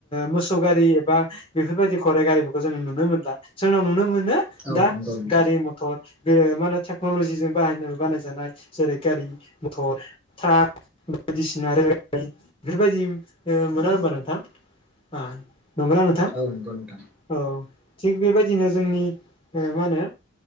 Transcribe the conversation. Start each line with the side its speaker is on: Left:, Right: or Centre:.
Left: मोसौ गारि एबा बेफोरबायदि खराइ गारिफोरखौ जोङो नुनो मोनला जोंनाव नुनो मोनो
Centre: औ
Left: दा
Centre: नंगौ नोंथां
Left: गारि मथर बे माने टेक्न'लजिजों बाहाय बानायजानाय जेरै गारि मथर ट्राक बायदिसिना रलगारि बेफोरबायदि ओ मोना होनबा नोंथां आ नोंगौना नोंथां
Centre: औ नंगौ नोंथां
Left: औ थिग बेबायदि दिनो जोंनि ओ मा होनो